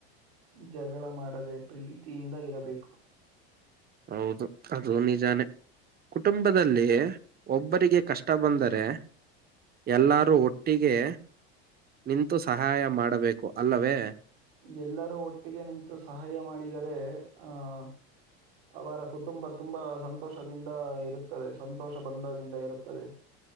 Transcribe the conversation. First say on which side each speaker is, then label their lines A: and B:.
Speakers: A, on the right; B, on the right.
A: ಜಗಳ ಮಾಡದೆ ಪ್ರೀತಿಯಿಂದ ಇರಬೇಕು
B: ಹೌದು ಅದು ನಿಜಾನೇ ಕುಟುಂಬದಲ್ಲಿ ಒಬ್ಬರಿಗೆ ಕಷ್ಟ ಬಂದರೆ ಎಲ್ಲರೂ ಒಟ್ಟಿಗೆ ನಿಂತು ಸಹಾಯ ಮಾಡಬೇಕು ಅಲ್ಲವೇ
A: ಎಲ್ಲರೂ ಒಟ್ಟಿಗೆ ನಿಂತು ಸಹಾಯ ಮಾಡಿದರೆ ಆ್ ಅವರ ಕುಟುಂಬ ತುಂಬಾ ಸಂತೋಷದಿಂದ ಇರುತ್ತದೆ ಸಂತೋಷ ಬಂದದಿಂದ ಇರುತ್ತದೆ